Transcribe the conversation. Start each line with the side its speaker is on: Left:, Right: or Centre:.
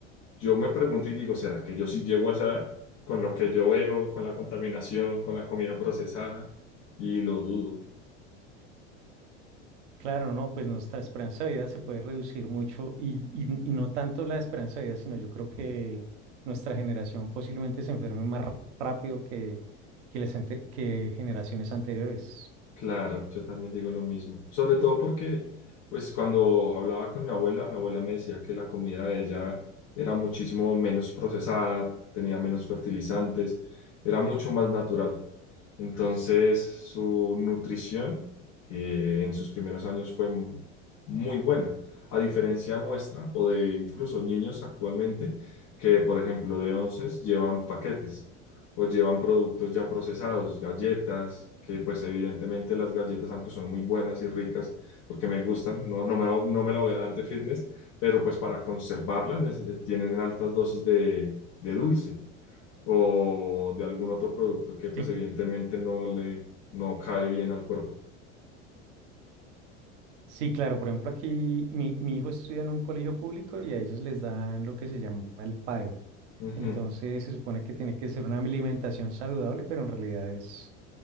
Left: yo me pregunto y digo, ¿será que yo sí llego a esa edad? Con lo que yo veo, con la contaminación, con la comida procesada, y lo dudo.
Right: Claro, no, pues nuestra esperanza de vida se puede reducir mucho y, y- y no tanto la esperanza de vida, sino yo creo que nuestra generación posiblemente se enferme más ra- rápido que, que, las ante- que generaciones anteriores.
Left: Claro, yo también digo lo mismo. Sobre todo porque, pues cuando hablaba con mi abuela, mi abuela me decía que la comida de ella era muchísimo menos procesada, tenía menos fertilizantes, era mucho más natural Entonces, su nutrición eh, en sus primeros años fue m- muy buena, a diferencia nuestra o de incluso niños actualmente que, por ejemplo, de onces llevan paquetes o llevan productos ya procesados, galletas, que pues evidentemente las galletas, aunque son muy buenas y ricas, porque me gustan, no, no me, no me la voy a dar de fitness, pero pues para conservarlas neces- tienen altas dosis de, de dulce o de algún otro producto que pues
Right: Sí,
Left: evidentemente no le no cae bien al cuerpo.
Right: Sí, claro, por ejemplo, aquí mi, mi hijo estudia en un colegio público y a ellos les dan lo que se llama el PAE.
Left: Ujú.
Right: Entonces se supone que tiene que ser una alimentación saludable, pero en realidad es,